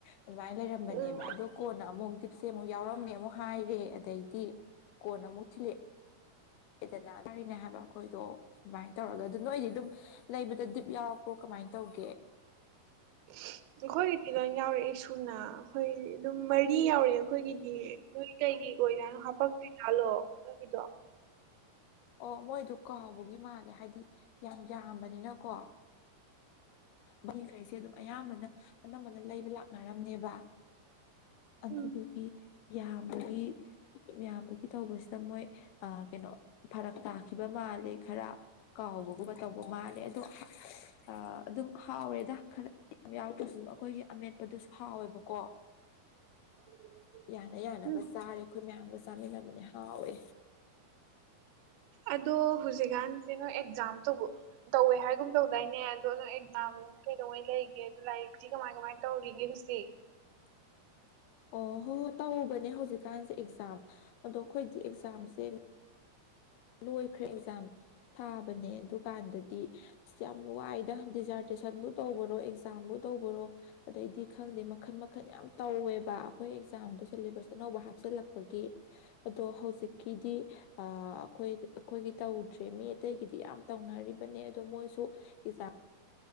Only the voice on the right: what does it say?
ꯎꯝ
<unintelligible> ꯑꯈꯣꯏꯒꯤꯗꯤ ꯂꯣꯏ ꯌꯥꯎꯔꯛꯑꯦ ꯁꯨꯅꯥ ꯑꯈꯣꯏ ꯑꯗꯨꯝ ꯃꯔꯤ ꯌꯥꯎꯔꯛꯑꯦ ꯑꯈꯣꯏꯒꯤꯗꯤ ꯅꯣꯏ ꯀꯩꯒꯤ ꯑꯣꯏꯖꯥꯠꯅꯣ ꯍꯥꯄꯛꯇꯤꯖꯥꯠꯂꯣ ꯅꯣꯏꯒꯤꯗꯣ
ꯎꯝ
<unintelligible>
ꯎꯝ
ꯑꯗꯣ ꯍꯧꯖꯤꯛꯀꯥꯟꯁꯦ ꯅꯣꯏ ꯑꯦꯛꯖꯥꯝ ꯇꯧꯕ ꯇꯧꯋꯦ ꯍꯥꯏꯒꯨꯝ ꯇꯧꯗꯥꯏꯅꯦ ꯑꯗꯣꯝ ꯑꯦꯛꯖꯥꯝ ꯀꯩꯗꯧꯉꯩ ꯂꯩꯒꯦ ꯑ ꯂꯥꯏꯔꯤꯛꯇꯤ ꯀꯃꯥꯏ ꯀꯃꯥꯏꯅ ꯇꯧꯔꯤꯒꯦ ꯍꯧꯖꯤꯛ